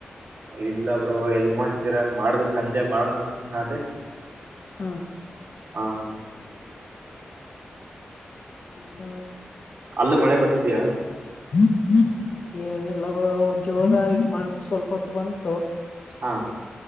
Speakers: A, on the right (about 65°); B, on the left (about 40°).
A: ಇಲ್ಲ ಬ್ರ ಎಲ್ ಮಾಡ್ತೀರಾ ಮಾಡ್ಬೇಕಕ್ ಸಂಜೆ ಮಾಡನ ಸುಮ್ನೆ ಅದೇ
B: ಹಾ
A: ಹ
B: ಹ
A: ಅಲ್ಲೂ ಮಳೆ ಬರ್ತಿದ್ಯಾ
B: <unintelligible> ಏನಿಲ್ಲ ಜೋರಾಗಿಪ ಸ್ವಲ್ಪ ಹೊತ್ತು ಬಂತು
A: ಹಂ